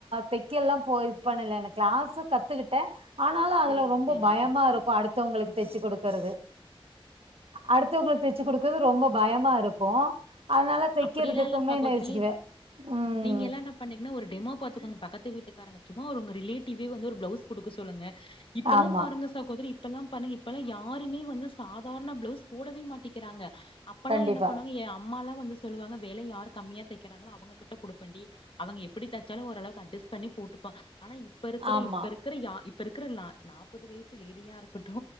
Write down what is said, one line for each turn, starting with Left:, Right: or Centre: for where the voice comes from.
Right: தெக்க எல்லா போ இது பண்ல என்ன கிளாஸு கத்துக்கிட்டே ஆனாலு அதுல
Left: சேரிங்க
Right: ரொம்ப
Left: சேரிங்க
Right: பயமாருக்கு
Left: சகோதரி
Right: அடுத்தவங்களுக்கு தெச்சு குடுக்கறது அடுத்தவங்களுக்கு தெச்சு குடுக்கறது ரொம்ப பயமாருக்கு அத்னால தெக்கிறதுக்குமே
Left: அப்படிலாம் இல்ல சகோதரி
Right: இந்த யோசிக்குவே உம்
Left: நீங்க எல்லா என்ன பண்ணீங்கன்னா ஒரு டெமோ பாத்துக்கணு பக்கத்து வீட்டுக்காரங்க சும்மா ஒங்க ரிலேட்டிவே வந்து ஒரு ப்ளவுஸ் குடுக்க சொல்லுங்க இப்பெல்லா
Right: ஆமா
Left: பாருங்க சகோதரி இப்பெல்லாம் பண்ணிங்க இப்பல்லா யாருமே வந்து சாதார்ண ப்ளவுஸ் போடவே மாட்டீக்கிறாங்க அப்பெல்லா
Right: கண்டிப்பா
Left: என்ன பண்ணுவாங்க ஏ அம்மாலா வந்து சொல்லுவாங்க வெல யாரு கம்மியா தெக்கிறாங்களோ அவுங்ககிட்ட குடுப்பேண்டி அவுங்க எப்டி தச்சாலு ஓரளவு அட்ஜஸ் பண்ணி போட்டுப்பா ஆனா இப் பருக்குற
Right: ஆமா
Left: இப்ப இருக்குற யாரு இப்ப இருக்கிற நாப்பது வயசு லேடியாருகட்டு